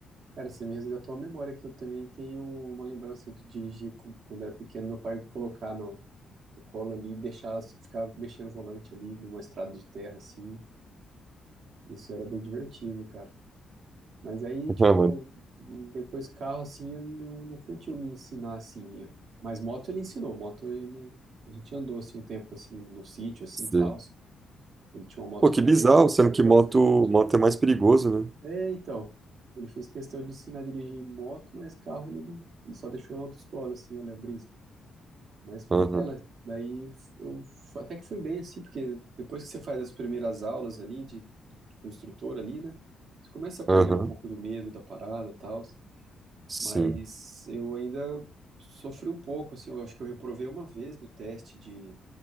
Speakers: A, on the right (about 50°); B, on the right (about 25°).
A: Cara, você me resgatou a memória que eu também tenho uma lembrança de dirigir com- quando era pequeno, meu pai me colocar no, no colo ali e deixar ficar mexendo o volante ali numa estrada de terra assim. Isso era bem divertido, cara. Mas aí,
B: <laughs>
A: tipo,
B: Ah, mano,
A: depois carro assim, ele não, não curtiu me ensinar assim. Mas moto ele ensinou, moto ele a gente andou assim um tempo assim no sítio assim,
B: sei.
A: tal. Ele tinha uma moto
B: Pô, que
A: que era
B: bizarro,
A: meio
B: sendo que
A: meio
B: moto,
A: off-road.
B: moto é mais perigoso, né?
A: É, então, ele fez questão de ensinar a dirigir moto, mas carro ele não, ele só deixou na autoescola, assim, olha a brisa. Mas foi
B: Aham,
A: aquela. Daí eu f- até que fui bem, assim, porque depois que você faz as primeiras aulas ali de, de- com o instrutor ali, né, você começa a perder
B: aham,
A: um pouco do medo da parada, tal.
B: sim.
A: Mas eu ainda sofri um pouco, assim, eu acho que eu reprovei uma vez no teste de,